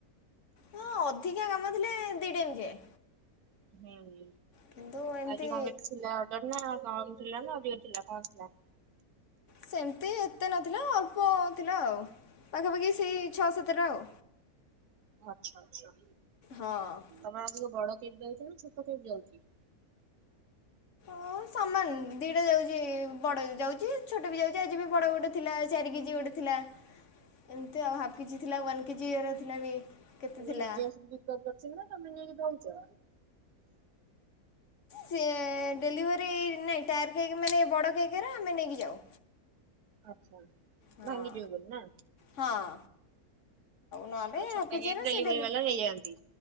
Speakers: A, on the left; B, on the right.
A: ହଁ ଅଧିକା କାମଥିଲେ ଦି ଟାଇମ ଯାଏ।
B: ହୁଁ ହୁଁ
A: କିନ୍ତୁ ଏମିତି
B: ଆଜି କଣ କେ ଥିଲା ଅର୍ଡର ନା କଣ? ଥିଲା ନା ଅଧିକ ଥିଲା କଣ ଥିଲା?
A: ସେମିତି ଏତେ ନଥିଲା ଅଳ୍ପ ଥିଲା ଆଉ। ପାଖାପାଖି ସେଇ ଛଅ ସାତରେ ଆଉ।
B: ଆଛା ଆଛା
A: ହଁ
B: ତମର ଆଗ ବଡ କେ ଯାଉଛି ନାପ କେ ଯାଉଛି।
A: ହଉ ସମାନ ଦିଟା ଯାଉଛି ବଡ ଯାଉଛି ଛୋଟ ବି ଯାଉଛି ଆଜି ବି ବଡ ଗୋଟେ ଥିଲା ଚାରି କେଜି ଗୋଟେ ଥିଲା ଏମତି ଆଉ ହ କେଜି ଥିଲା ୱ କେଜି ଥିଲା ବି। କେତେ
B: ତମେ
A: ଥିଲା।
B: ନିଜେ ସବୁ ବିକ କରିଛ ନା ତମେ ନେଇକି ଦଉଛ।
A: ସେ ଡେଲିଭରି ନାଇଁ ଟାର କେକ୍ ମାନେ ବଡ କେକ୍। ଆମେ ନେଇକି ଯାଉ।
B: ଆଛା
A: ହଁ।
B: ଭାଙ୍ଗି ଯିବ ବୋଲି ନା।
A: ହଁ ନହେଲେ
B: ଆଉ ଛୋଟା
A: ହାଫ୍ କେଜି ଏରା
B: ଡେଲିଭରି
A: ସେ ଡେଲି
B: ବାଲା ନେଇଯାଆନ୍ତି।